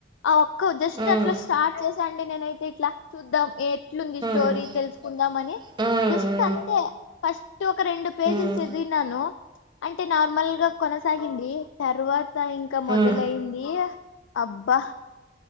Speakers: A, on the left; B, on the right.
A: ఆ ఒక్క జస్ట్
B: ఉమ్,
A: అట్లీస్ట్ స్టార్ట్ చేసాండి నేనైతే ఇట్లా చూద్దాం. ఎట్లుంది స్టోరీ
B: ఉమ్.
A: తెలుసుకుందామ అని
B: హ్మ్
A: జస్ట్ అంతే ఫస్ట్ ఒక రెండు పేజీలు
B: హ్మ్
A: చదివినను అంటే నార్మల్ గా కొనసాగింది తర్వా ఇంకా ఇంకా
B: హ్మ్
A: మొదలయింది. అబ్బా